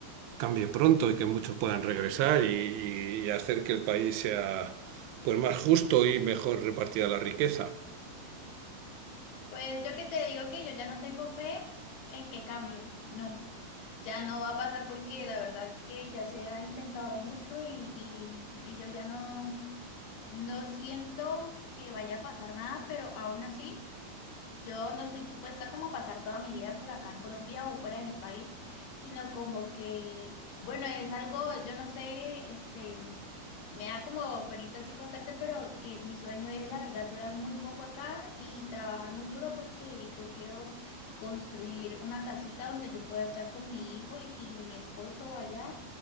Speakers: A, on the right; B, on the left.
A: cambie pronto y que muchos puedan regresar y, y hacer que el país sea pues más justo y mejor repartida la riqueza.
B: Pues yo que te digo que yo ya no tengo fe en que cambie, no, ya no va a pasar porque la verdad es que ya se ha intentado mucho y, y, y yo ya no, no siento que vaya a pasar nada, pero aún así. Yo no estoy dispuesta como a pasar toda mi vida por acá en Colombia o fuera de mi país, sino como que, bueno, es algo, yo no sé, este, me da como penita así contarte, pero que mi sueño es la verdad durar muy poco acá y trabajar muy duro porque yo quiero construir una casita donde yo pueda estar con mi hijo y, y mi esposo allá